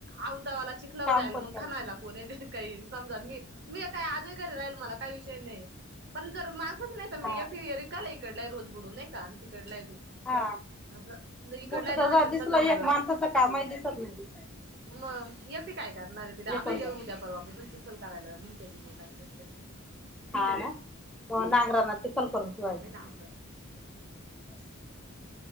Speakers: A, on the right; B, in the centre.
A: आवतावाला चिखला
B: काम
A: जायल
B: पण
A: मग
B: करत
A: खानायला कोण ते काही समजा मी मी काही आजही घरी राहील मला काही विषय नाही. पण जर माझंच नाही
B: हा
A: मी एक रिकाला इकडला रोज बुडूनय का आणि तिकडला आहे बी.
B: हा
A: असं इकडलाय
B: मोठ
A: दहा
B: ज
A: दिवसाचा
B: दिसल
A: मंगळ
B: एक माणसाचं कामही दिसत नाही.
A: म एकटी काय करणार आहे तिथे आता
B: एकंदर
A: येऊ उद्या परवा आपण पण चिखल करायला म्हणते ती मग काय कर.
B: हा ना म नांगराना चिखल करून ठेवायचा.
A: आग.
B: <inaudible>